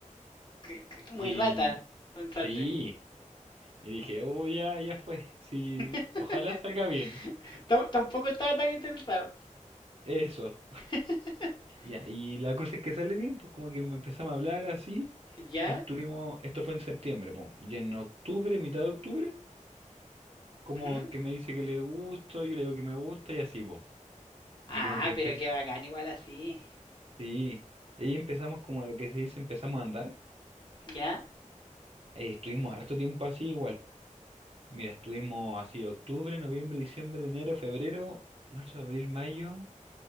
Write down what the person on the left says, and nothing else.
C- c- Muy
rata, pensaste.
<laughs>
Tam- Tampoco estaba tan interesado.
<laughs>
¿Ya?
Ujú.
Ah,
pero qué bacán igual así.
¿Ya?